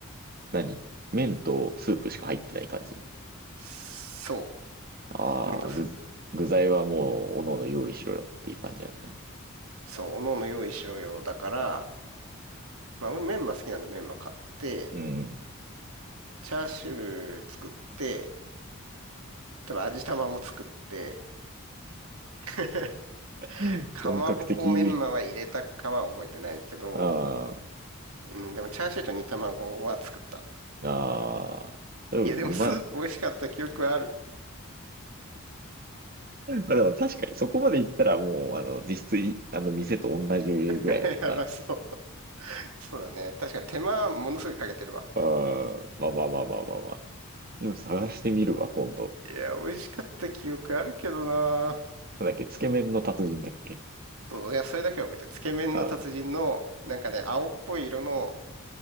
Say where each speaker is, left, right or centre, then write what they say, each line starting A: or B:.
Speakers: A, on the right; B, on the right.
A: 何麺とスープしか入ってない感じ
B: そ
A: ああ具、
B: う。麺とスープ。
A: 具材はもう、おのおの用意しろよっていう感じなんね。
B: そう、おのおの用意しろよ。だから、まあ俺メンマ好きなんでメンマ買って、
A: うん。
B: チャーシュー作って、多分味玉も作って、<laughs>
A: うん本格的。
B: かまぼこメンマは入れたかは覚えてないけど、
A: ああ、
B: うん、でもチャーシューと煮卵は作った。
A: ああ、うん、
B: いや、
A: うまい。
B: でもスープ美味しかった記憶はある。
A: まあでも確かにそこまで行ったらもう、あの、実質い、あの、店と同じぐらいのもんだ。
B: <laughs> やばそう。そうだね。確かに手間ものすごいかけてるわ。
A: ああ、まあまあまあまあまあまあ。でも探してみるわ、今度。
B: いや、美味しかった記憶あるけどな。
A: なんだっけ、つけ麺の達人だっけ
B: そう、いや、それだけは覚えてる。つけ麺の達人の、
A: ああ、
B: なんかね、青っぽい色の